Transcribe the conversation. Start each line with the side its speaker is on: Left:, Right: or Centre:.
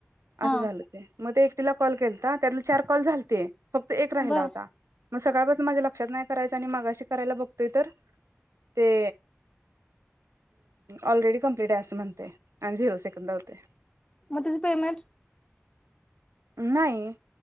Left: हा
Right: असं झालं ते मग ते एकटीला कॉल केल ना त्यातला चार कॉल झालते. फक्त एक राहिला
Left: बर
Right: होता. मग सकाळपासून माझ्या लक्षात नाही करायचं आणि मागाशी करायला बघतोय तर. ते ऑलरेडी कंप्लट आहे असं म्हणते आणि झिरो सेकंद होते.
Left: मग त्याची पेमेंट.
Right: नाहीईन